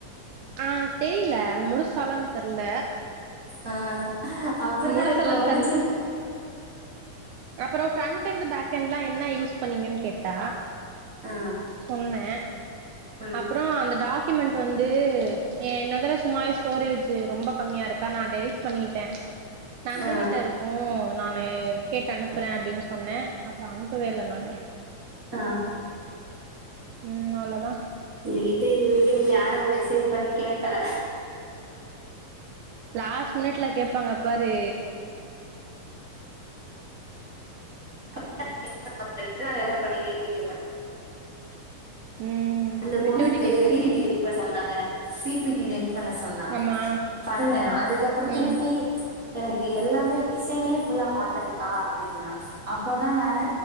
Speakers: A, on the right; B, on the right.
A: ஆ தெரியல அது முடிச்டாலான் தெர்ல
B: ஆ அப்டிதா
A: முடிச்சலான்
B: இருக்கு முடிச் ம்
A: அப்பற ஃப்ரண்ட் அண்ட் பேக் அண்ட் எலா என்ன யூஸ் பண்ணீங்கன் கேட்டா
B: ஆ
A: சொன்ன
B: ம்
A: அப்பற அந்த டாக்குமெண்ட் வந்து என்னதல சும்மாவே ஸ்டோரேஜ் ரொம்பக் கம்மியா இருக்கா நா டெலிட் பண்ணிட்ட நந்தினிட்ட
B: ஆ
A: இருக் உ நானு கேட்டு அனுப்புற அப்டின் சொன்ன அப்புற அனுப்புவே இல்ல நானு
B: ஆ
A: ம் அவ்ளோதா
B: என்ட இதுவரைக்கு யாரு மெசே மேசேஜ் பண்ணி கேக்கல
A: லாஸ்ட் மினிட்ல கேப்பாங்க பாரு
B: <unintelligible> என்ன பண்ணீங்கன் கேள்
A: ம்
B: அந்த
A: விட்டு
B: பொண்ணுக்கு
A: விட்டு கேக்குது
B: பிபிடி ரெடி பண்ண சொன்ன பிபிடி ரெடி பண்ண சொன்னா
A: ஆமா
B: பண்ண அதுக்கப்பற
A: ம்
B: திருப்பி எனக்கு எல்லாமே டிசைனே ஃபுல்லா மாத்தணுகா அப்படினா அப்ப தா நானு